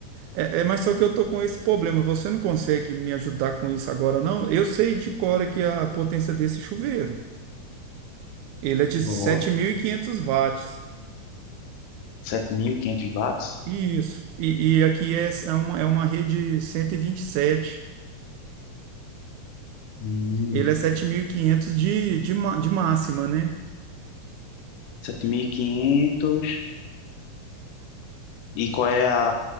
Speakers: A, on the right; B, on the left.
A: É, é, mas só que eu tô com esse problema, você não consegue me ajudar com isso agora, não? Eu sei de cor aqui a potência desse chuveiro. Ele é de
B: Boa.
A: 7.500 watts.
B: sete mil e quinhentos watts?
A: Isso. E, e aqui é, é uma, é uma rede cento e e vinte e sete
B: Hum,
A: Ele é 7.500 de, de, ma- de máxima, né?
B: sete mil e quinhentos E qual é a,